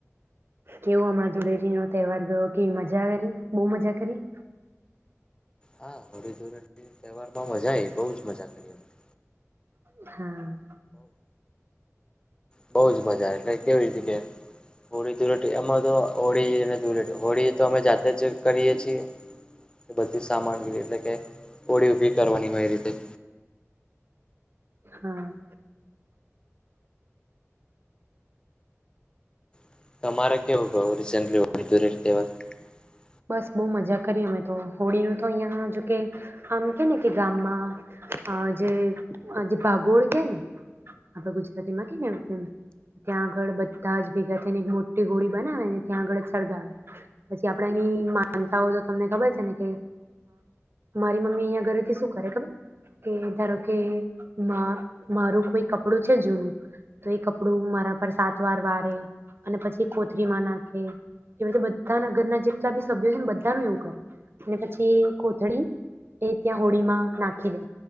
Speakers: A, on the right; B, on the left.
A: કેવું હમણાં ધુળેરી નો તહેવાર ગયો. કેવી મજા કરી, બહુ મજા કરી?
B: હા. હોળી ધુળેટી ના તહેવાર માં મજા આવી બઉ જ મજા કરી અમે.
A: હા.
B: બહુજ મજા એટલે કેવી રીતે કે હોળી ધુળટી એમાં તો હોળી અને ધુળટી હોળી તો અમે જાતે જ કરીએ છીએ બધી સામાની એટલે કે હોળી ઊભી કરવાની હોઈ રીતે.
A: હા.
B: <unintelligible> <inaudible>
A: બસ બહુ મજા કરીએ અમે તો હોળીનું તો અહિયાં જોકે આમ કે ને કે ગામમાં જે ભાગોળ કેને આપડ ગુજરાતીમાં કેને ત્યાં આગળ બધા જ ભેગા થઈને એક મોટી હોળી બનાવેને ત્યાં આગળ સળગાવે પછી. માન તો તમને ખબર છે ને કે મારી મમ્મી અહીં ઘરેથી શું કરે ખબર કે ધારો કે મારું કોઈ કપડું છે, જૂનું તો એ કપડું મારા પર સાત વાર વારે અને પછી કોથરીમાં નાખે <unintelligible> બધાના ઘરના જે. સભ છે, ને બધા ન એવું કરે અને પછી કોથળી એ ત્યાં <unintelligible> નાખી દે